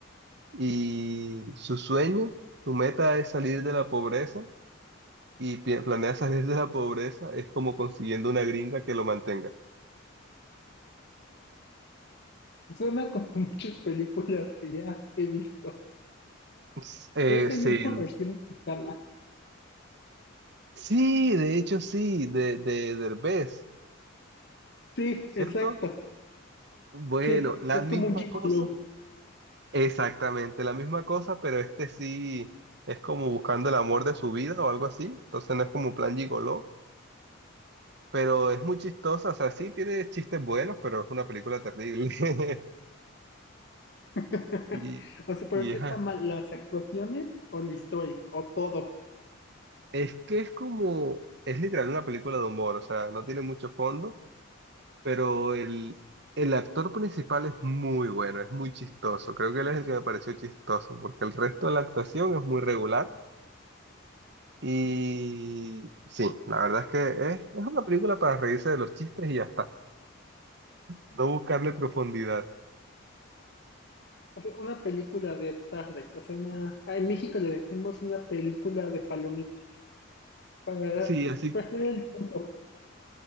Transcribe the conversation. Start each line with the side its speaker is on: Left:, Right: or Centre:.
Right: y su sueño, su meta es salir de la pobreza y pi- planea salir de la pobreza es como consiguiendo una gringa que lo mantenga.
Left: Suena como <laughs> muchas películas que ya he visto.
Right: <laughs> Eh,
Left: Creo que
Right: sin...
Left: hay una versión mexicana.
Right: Sí, de hecho sí, de, de Derbez.
Left: Sí,
Right: ¿cierto?
Left: exacto.
Right: Bueno,
Left: Sí,
Right: la
Left: que es
Right: misma
Left: como un gigolo.
Right: cosa, exactamente la misma cosa, pero este sí es como buscando el amor de su vida o algo así, entonces no es como plan gigoló, pero es muy chistosa, o sea, sí tiene chistes buenos, pero es una película terrible. <laughs>
Left: <laughs>
Right: Y,
Left: O sea, pero
Right: y
Left: ¿qué
Right: ajá,
Left: está mal? ¿Las actuaciones o la historia? ¿O todo?
Right: es que es como, es literal una película de humor, o sea, no tiene mucho fondo, pero el, el actor principal es muy bueno, es muy chistoso, creo que él es el que me pareció chistoso, porque el resto de la actuación es muy regular. Y sí, la verdad es que es, es una película para reírse de los chistes y ya está. No buscarle profundidad.
Left: O sea, una película de tarde. O sea, una... ah, en México le decimos una película de palomitas. Para
Right: Sí, así,
Left: perder el tiempo.